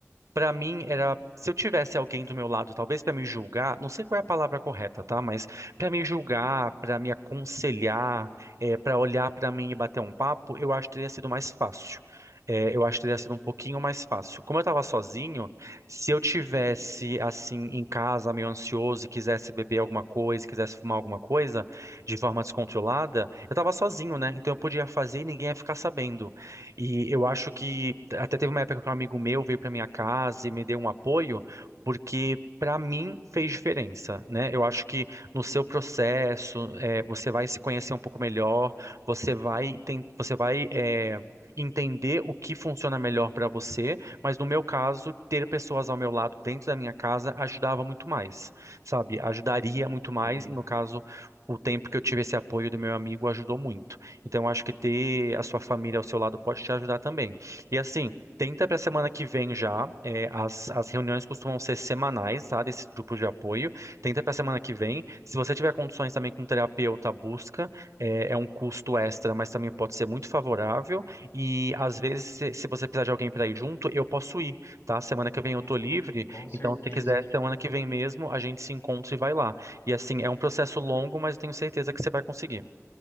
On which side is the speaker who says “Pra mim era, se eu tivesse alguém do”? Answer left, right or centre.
Right